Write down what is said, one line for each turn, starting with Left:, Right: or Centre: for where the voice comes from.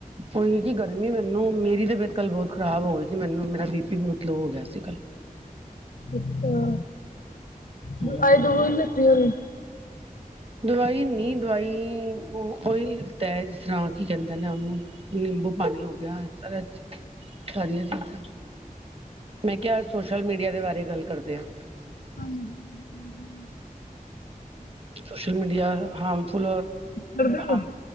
Right: ਉ ਜੀ ਗਰਮੀ ਮੈਨੂੰ, ਮੇਰੀ ਤਬੀਅਤ ਕੱਲ ਬਹੁਤ ਖਰਾਬ ਹੋ ਗਈ ਸੀ ਮੈਨੂੰ ਮੇਰਾ ਬੀ ਪੀ ਬਹੁਤ ਲੋ ਹੋ ਗਿਆ ਸੀ ਕੱਲ
Left: ਅੱਛਾ,
Right: ਹੂੰ
Left: ਦਵਾਈ-ਦਬੂਈ ਲਿੱਤੀ ਹੋਣੀ
Right: ਦਵਾਈ ਨੀ, ਦਵਾਈ ਉਹੀ ਲਿੱਤਾ ਹੈ, ਜਿਸ ਤਰ੍ਹਾਂ ਕੀ ਕਹਿੰਦੇ ਨੇ ਉਹਨੂੰ ਨਿੰਬੂ ਪਾਣੀ ਹੋ ਗਿਆ, ਇਸ ਤਰਾ 'ਚ ਸਾਰੀਆ ਚੀਜਾਂ, ਮੈਂ ਕਿਹਾ ਅੱਜ ਸੋਸ਼ਲ ਮੀਡੀਆ ਦੇ ਬਾਰੇ ਗੱਲ ਕਰਦੇ ਆ?
Left: ਹਾਂਜੀ। ਹਮ- ਹਮ
Right: ਸੋਸ਼ਲ ਮੀਡੀਆ ਹਾਮਫੁੱਲ ਔਰ,
Left: ਕਰਦੇ ਹੋ
Right: ਹਮ